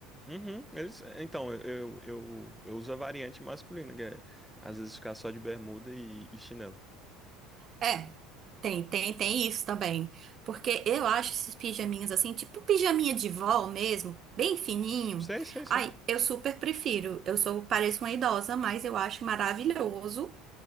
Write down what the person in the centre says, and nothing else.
Uhum, eles, é, então, eu, eu, eu, uso a variante masculina, que é às vezes ficar só de bermuda e, e chinelo.
Sei, sei, sei.